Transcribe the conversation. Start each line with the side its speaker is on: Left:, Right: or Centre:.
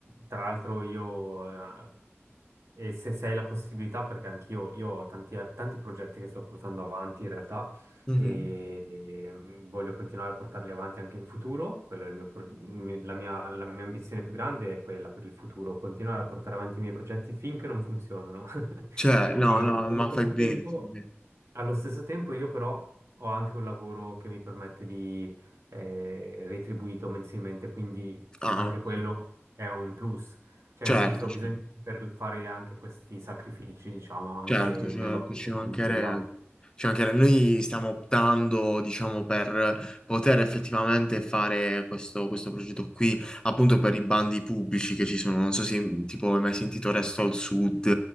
Right: tra l'altro io, eh, e se, se hai la possibilità, perché anch'io io ho tanti, eh, tanti progetti che sto portando avanti in realtà
Left: Mhm.
Right: e, e voglio continuare a portarli avanti anche in futuro, quello è il mio pro- mi- la mia, la mia ambizione più grande è quella per il futuro, continuare a portare avanti i miei progetti finché non funzionano <laughs>
Left: cioè, no,
Right: e
Left: no,
Right: allo
Left: ma fai
Right: stesso
Left: bene.
Right: tempo...
Left: fai bene.
Right: Allo stesso tempo io però ho anche un lavoro che mi permette di eh, retribuito mensilmente, quindi
Left: Ah,
Right: anche
Left: ok.
Right: quello è un plus. Cioè, in
Left: Certo,
Right: senso, bisogna
Left: certo.
Right: saper fare anche questi sacrifici, diciamo, anche
Left: Certo, certo,
Right: nell'otto
Left: ci
Right: imprenditoriale.
Left: mancherebbe. Ci mancherebbe. Noi stiamo optando, diciamo, per poter effettivamente fare questo, questo progetto qui, appunto per i bandi pubblici che ci sono. Non so se tipo hai mai sentito Resto al Sud